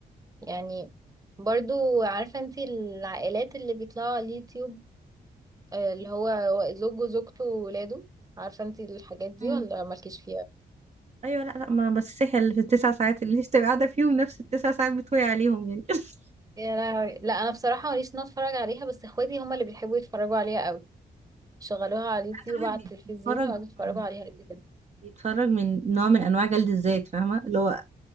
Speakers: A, on the right; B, on the right.
A: يعني برضو عارفة انتي العائلات اللي بيطلعوا على اليوتيوب آه، اللي هو زوجه وزوجته وولاده عارفة انتي الحاجات دي
B: مم.
A: ولا مالكيش فيها
B: ايوه لا لا ما بس سهل في التسع ساعات اللي انت بتبقى قاعدة فيهم نفس التسع ساعات بتوي عليهم يعني <laughs>
A: يا لهوي لا انا بصراحه ماليش ان أنا اتفرج عليها بس اخواتي هما اللي بيحبوا يتفرجوا عليها قوي شغلوها على اليوتيوب
B: ساعات الواحد
A: على
B: بيتفرج
A: التلفزيون ويقعدوا يتفرجوا
B: من
A: عليها قد كده
B: يتفرج من نوع من انواع جلد الذات فاهمه اللي هو